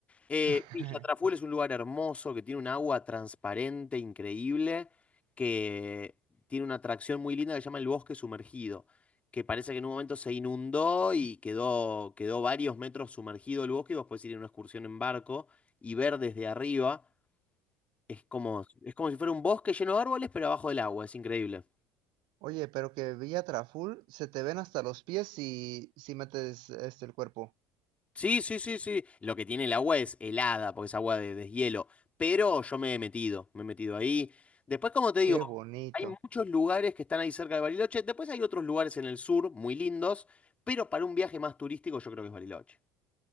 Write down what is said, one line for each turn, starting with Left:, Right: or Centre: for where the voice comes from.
Left: Eh,
Right: <laughs>
Left: Villa Traful es un lugar hermoso que tiene un agua transparente, increíble, que tiene una atracción muy linda que se llama el bosque sumergido, que parece que en un momento se inundó y quedó, quedó varios metros sumergido el bosque y vos podés ir en una excursión en barco y ver desde arriba. Es como, es como si fuera un bosque lleno de árboles, pero abajo del agua. Es increíble.
Right: Oye, pero que Villa Traful se te ven hasta los pies si, si metes este el cuerpo.
Left: Sí, sí, sí, sí. Lo que tiene el agua es helada, porque es agua de deshielo. Pero yo me he metido, me he metido ahí. Después, como te digo,
Right: Qué bonito.
Left: hay muchos lugares que están ahí cerca de Bariloche. Después hay otros lugares en el sur muy lindos, pero para un viaje más turístico yo creo que es Bariloche.